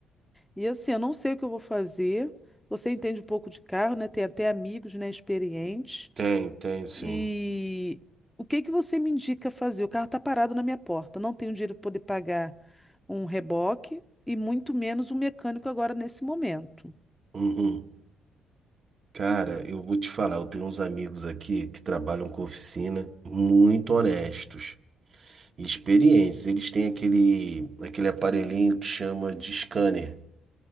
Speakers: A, in the centre; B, on the right.
A: E assim, eu não sei o que eu vou fazer. Você entende um pouco de carro, né? Tem até amigos, né, experientes.
B: Tem, tem, sim.
A: E o que que você me indica fazer? O carro tá parado na minha porta. Eu Não tenho dinheiro para poder pagar um reboque e muito menos um mecânico agora nesse momento.
B: Uhum. Cara, eu vou te falar, eu tenho uns amigos aqui que trabalham com oficina muito honestos e experientes. Eles têm aquele, aquele aparelhinho que chama de scanner.